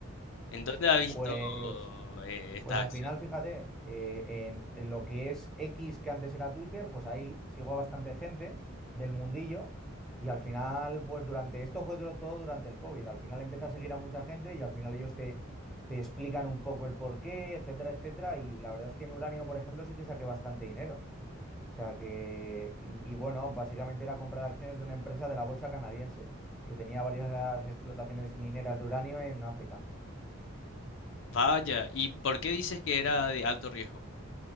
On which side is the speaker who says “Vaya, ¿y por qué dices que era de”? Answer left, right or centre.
Left